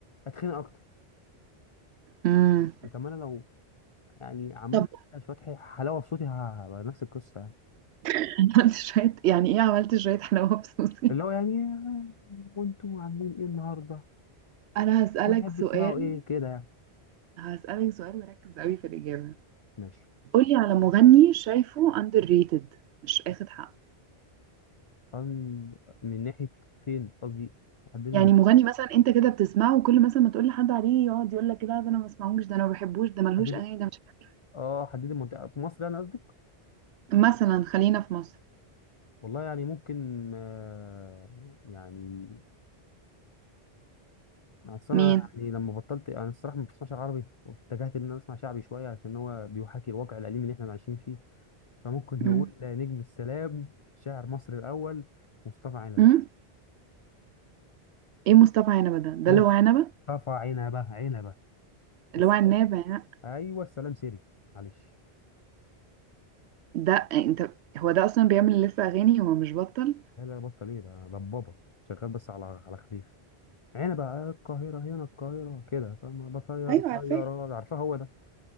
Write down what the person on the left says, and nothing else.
اتخنق اكتر
طب انا لو يعني عملت
كده شوية حي- حلاوة في صوتي ه- نفس القصة يعني
اللي هو يعني "آه، وانتم عاملين ايه النهاردة؟
ما أحب
تسمعوا ايه كده يعني
ماشي
أم- من ناحية فين قصدي حددي المنطقة
حددي
اه حددي المنطقة في مصر يعني قصدك
والله يعني ممكن آه، يعني أصل
أنا يعني لما بطلت أنا الصراحة ما بسمعش عربي واتجهت إن أنا أسمع شعبي شوية عشان هو بيحاكي الواقع الأليم اللي إحنا عايشين فيه فممكن نقول
نجم السلام شاعر مصر الأول مصطفى عنب
مصطفى
عنبة عنبة
الس...
ايوه السلام سيري معلش
لا لا بطل ايه ده ضبابة شغال بس على على خفيف عنبة آه، القاهرة هنا القاهرة كده فما بطير
طيارات
عارفها هو ده